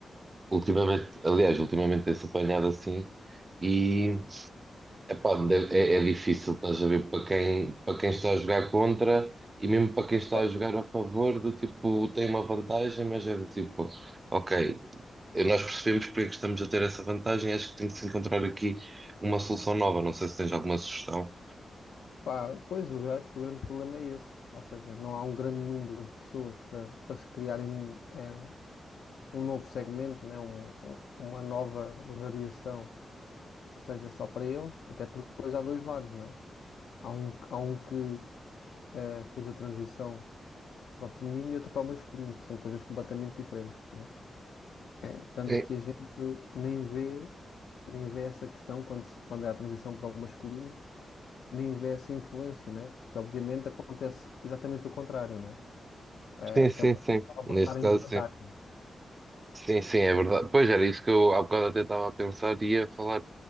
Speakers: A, on the right; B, on the left.
A: Ultimamente, aliás, ultimamente tem-se apanhado assim e epá, de- é, é difícil, estás a ver, para quem, para quem está a jogar contra e mesmo para quem está
B: Claro.
A: a jogar a favor, do tipo, tem uma vantagem, mas é do tipo, ok nós percebemos porque é que estamos a ter essa vantagem. Acho que tem que se encontrar aqui uma solução nova. Não sei se tens alguma sugestão.
B: Pá, pois, eu acho que o grande problema é esse. Ou seja, não há um grande número de pessoas para, para se criarem eh, um novo segmento, né? Um- um- uma nova variação que seja só para eles, até porque depois há dois lados, né? Há um, há um que eh, fez a transição para o feminino e outro para o masculino, que são coisas completamente diferentes, né? É, tanto
A: Sim,
B: que a gente nem vê, nem vê essa questão quando, se- quando é a transição para o masculino nem vê essa influência, né? Porque obviamente acontece exatamente o contrário, né? Eh,
A: sim,
B: acaba,
A: sim. sim.
B: acaba
A: Neste
B: por estar em
A: caso,
B: desvantagem.
A: sim. Sim, sim, é verdade. Pois era isso que eu há bocado até estava a pensar e ia falar,